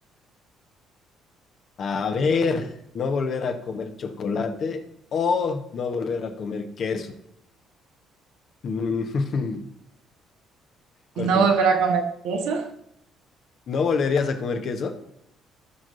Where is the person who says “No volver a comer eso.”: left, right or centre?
Right